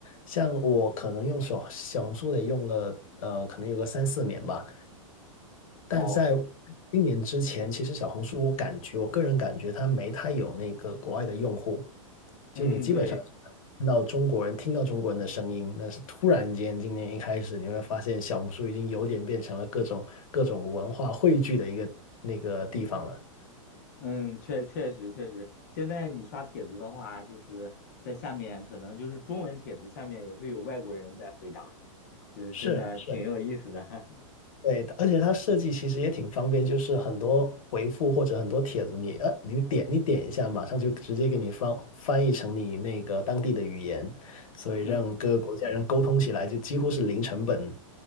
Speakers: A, on the left (about 75°); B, on the left (about 30°).
A: 像我可能用手小红书得用了，呃，可能有个三四年吧。但在
B: 哦，
A: 今年之前，其实小红书我感觉，我个人感觉它没太有那个国外的用户，就你基本上只能看到中国人，
B: 嗯，对，
A: 听到中国人的声音，但是突然间今年一开始，你会发现小红书已经有点变成了各种各种文化汇聚的一个那个地方了。
B: 嗯，确确实确实，现在你刷帖子的话，就是在下面可能就是中文帖子下面也会有外国人在回答，就是真的挺有意思的。
A: 是是，对的而且它设计其实也挺方便，就是很多回复或者很多帖子你，呃你点你点一下，马上就直接给你翻翻译成你那个当地的语言，所以让各个国家人沟通起来就几乎是零成本。
B: <laughs> 嗯